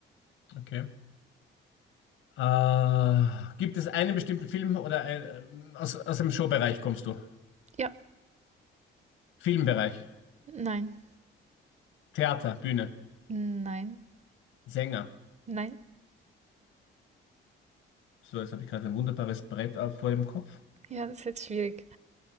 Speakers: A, on the left; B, on the right.
A: Okay. Äh, gibt es einen bestimmten Film oder ein, äh, aus, aus dem Showbereich kommst du?
B: Ja.
A: Filmbereich,
B: Nein.
A: Theater, Bühne,
B: Nein.
A: Sänger.
B: Nein.
A: So, jetzt habe ich gerade ein wunderbares Brett auf- vor dem Kopf.
B: Ja, das ist jetzt schwierig.